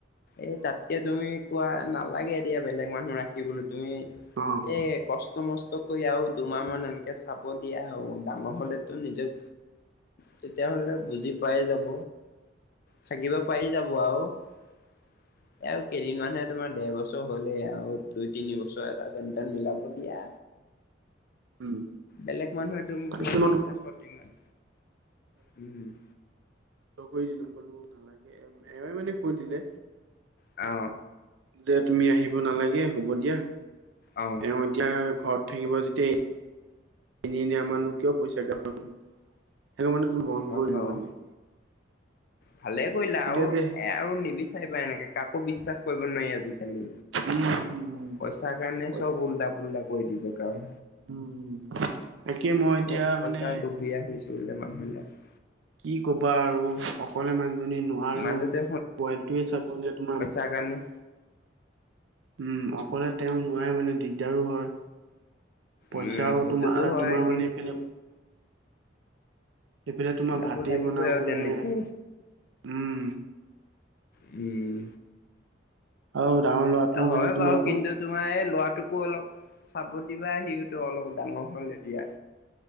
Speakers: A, on the left; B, on the right.
A: এই তাতকে তুমি কোৱা নালাগে এতিয়া বেলেগ মানুহ ৰাখিবলৈ তুমি
B: উম।
A: এই কষ্ট-মষ্ট কৰি আৰু দুমাহ মান এনেকে চাব দিয়া আৰু ডাঙৰ হ'লেতো নিজৰ তেতিয়াহলে বুজি পাই যাব। থাকিব পাৰি যাব আৰু। এ আৰু কেইদিনমানহে তোমাৰ দেৰ বছৰ হ'লে আৰু দুই তিন বছৰ এটা যেন তেন মিলাব দিয়া।
B: উম
A: বেলেগ মানুহেতো মো
B: তাৰপিছত
A: তোমাক বিশ্বাসত
B: মই
A: ইমান উম।
B: ত' কই দিলো কলো নালাগে। এৱে মানে কৈ দিলে।
A: অ।
B: যে তুমি আহিব নালাগে হ'ব দিয়া।
A: আহ
B: এওঁ এতিয়া ঘৰত থাকিব যেতিয়া এনে এনে আমাৰনো কিয় পইচা <unintelligible> সেইকাৰণে মানে বন্ধ
A: হয়
B: কৰিলো
A: বাৰু
B: মানে।
A: ভালে কৰিলা
B: এতিয়া
A: আৰু
B: যে
A: এ আৰু নিবিচাৰিবা এনেকে কাকো বিশ্বাস কৰিব নোৱাৰি আজিকালি।
B: উম
A: পইচা কাৰণে
B: পইচা
A: চব উল্টা-পুল্টা কৰি দিব কাম।
B: উম। তাকে মই এতিয়া
A: চব পইচাৰ
B: মানে
A: লুভীয়া হৈছে বোলে মানুহবিলাক।
B: কি কবা আৰু অকলে মানুহজনী নোৱাৰো।
A: মাজতে
B: পোৱালীটোয়ে চাব নে তোমাৰ
A: সেইকাৰণে
B: উম অকলে তেওঁ নোৱাৰে মানে দিগদাৰো হয়। পইচাও
A: উম সেইটোতো
B: তোমাৰ
A: হয়
B: তোমাৰ
A: কিন্তু
B: মানে এইফালে সেইপিনে তোমাৰ
A: মিলাব
B: ভাতেই
A: লাগিবই
B: বনাবনে,
A: আৰু তেনেকে।
B: উম।
A: উম।
B: আৰু ডাঙৰ ল'ৰাটো
A: হয়
B: মানে তোমাৰ
A: বাৰু
B: ক'ত
A: কিন্তু তোমাৰ এই ল'ৰাটোকো অলপ চাব দিবা সিয়োটো অলপ ডাঙৰ হ'ল এতিয়া।